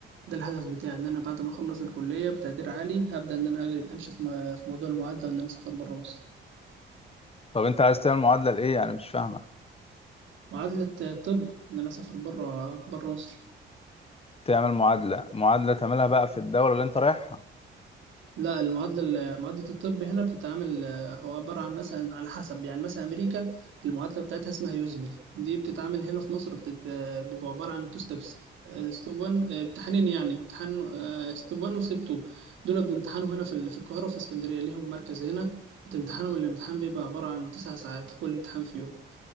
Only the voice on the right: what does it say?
ده الهدف بتاعي ان انا بعد ما اخلص الكليه بتقدير عالي هبدا ان انا أجري امشي في م- في موضوع المعادله وان انا اسافر بره مصر
معادله آه، طب ان انا اسافر بره بره مصر
لا المعادلة معادلة الطب هنا بتتعامل آه، هو عبارة عن مثلا على حسب يعني مثلا أمريكا المعادلة بتاعتها اسمها يوزمل دي بتتعامل هنا في مصر بتت... آه، بيبقى عبارة عن تو ستيبس ستيب 1 امتحانين يعني امتحان ستيب 1 وستيب 2 دول بنمتحنهم هنا في ال- في القاهرة وفي اسكندرية ليهم مركز هنا بتمتحنهم الامتحان بيبقى عبارة عن تسع ساعات كل امتحان فيهم